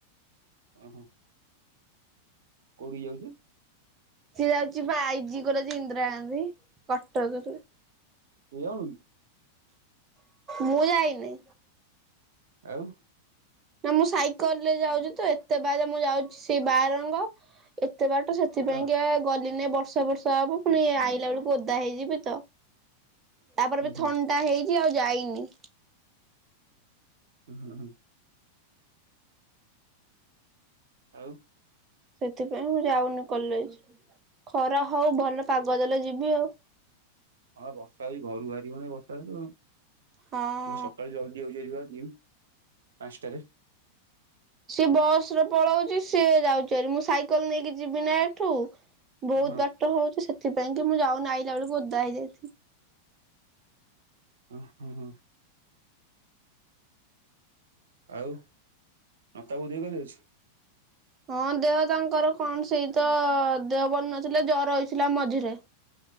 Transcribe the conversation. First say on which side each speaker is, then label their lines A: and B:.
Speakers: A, on the right (about 65°); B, on the right (about 25°).
A: ଅଁ- ହ। କଉଠିକି ଯାଉଚି?
B: ସିଏ ଯାଉଚି ପା ଆଇଜି କଲେଜେ ଇନ୍ଦିରା ଗାନ୍ଧୀ କଟକରେ।
A: ତୁ ଯାଉନୁ କି?
B: ମୁଁ ଯାଇନି।
A: ଆଉ?
B: ନା ମୁଁ ସାଇକେଲ୍ ରେ ଯାଉଚି ତ ଏତେ ବାଟ ମୁଁ ଯାଉଚି ସେଇ ବାରଙ୍ଗ ଏତେ ବାଟ ସେ ସେଥିପାଇଁ
A: ହଁ
B: କା ଗଲିନି ବର୍ଷା ଫର୍ଷା ହବ ପୁଣି ଆଇଲା ବେଳକୁ ଓଦା ହେଇଯିବି ତ। ତାପରେ
A: ଓହୋ
B: ବି ଥଣ୍ଡା ହେଇଚି ଆଉ ଯାଇନି।
A: <inaudible> ଆଉ
B: ସେଥିପାଇଁ ମୁଁ ଯାଉନି କଲେଜ୍ ଖରା ହଉ ଭଲ ପାଗ ଦେଲେ ଯିବି ଆଉ।
A: ହଁ ବର୍ଷା ହଉଚି ଘରୁ ବାହାରି ହଉନାହିଁ ବର୍ଷା ହେତୁ।
B: ହଁ।
A: ସକାଳୁ ଜଲ୍ଦି ଯାଉଚି ଭାରି ବା ଜିମ୍ ପାଞ୍ଚ୍ ଟାରେ।
B: ସିଏ ବସ୍ ରେ ପଳଉଚି ସିଏ ଯାଉଚି ହାରି ମୁଁ ସାଇକେଲ୍ ନେଇକି ଯିବିନା ଏଠୁ। ବହୁତ
A: ଓହୋ
B: ବାଟ ହଉଚି ସେଥିପାଇଁ କି ମୁଁ ଯାଉନି ଆଇଲା ବେଳକୁ ଓଦା ହେଇଯାଇଥିବି।
A: ଅଁ-ହଁ-ହଁ। ଆଉ <unintelligible> ଦେହ କେମିତି ଅଛି?
B: ହଁ ଦେହ ତାଙ୍କର କଣ ସେଇତ ଦେହ ଭଲ୍ ନଥିଲା ଜର ହେଇଥିଲା ମଝିରେ।